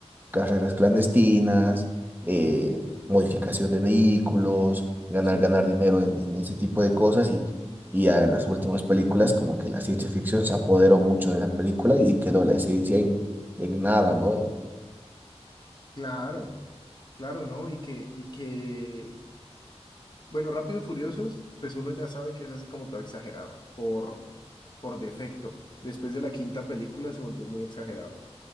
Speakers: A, on the right (about 15°); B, on the left (about 40°).
A: carreras clandestinas,
B: ujú,
A: eh, modificación de vehículos, ganar,
B: sí,
A: ganar dinero en, en ese tipo de cosas y, y ya en las últimas películas como que la ciencia ficción se apoderó mucho de la película y quedó la ciencia en, en nada, ¿no? Eh,
B: claro, claro, ¿no? Y que, y que Bueno, Rápido y Furiosos, pues uno ya sabe que es así como todo exagerado, por, por defecto. Después de la quinta película se volvió muy exagerado.